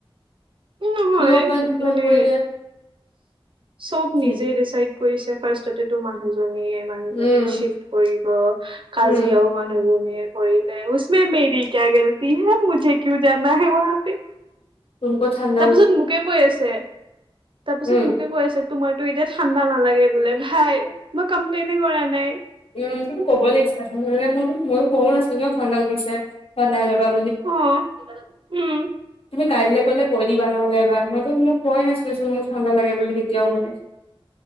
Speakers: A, on the right; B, on the left.
A: উম! নহয়
B: কিয় বা এনেকুৱা
A: মানে
B: কৰিলে
A: চব
B: কি
A: নিজে ডিচাইড কৰিছে ফাৰ্ষ্টতেতো মানুহজনীয়ে মানুহজনী
B: উম
A: চিফ্ট কৰিব। কাজিয়াও
B: উম
A: মানুহজনীয়ে কৰিলে। উছমে মেৰি কিয়া গলতি হে মুঝে কিয়ু জানা হে ৱাহাপে।
B: তোৰ কথা <inaudible>
A: তাৰপিছত মোকে কৈ আছে। তাৰপিছত
B: উম
A: মোকে কৈ আছে তোমাৰ ত এতিয়া ঠাণ্ডা নালাগে বোলে। ভাই মই কমপ্লেইনেই কৰা নাই।
B: উম! তুমিটো ক'ব লাগিছিলে মোৰ ময়ো কোৱা নাছিলো। তুমিও ঠাণ্ডা লাগিছে বা নাই লগা বুলি।
A: অ উম
B: তুমি কাইলৈ গ'লে কৈ দিবা নহ'লে এবাৰ। মইতো মোক কোৱাই নাছিলো চোন মোক ঠাণ্ডা লাগে বুলি কেতিয়াও বুলি।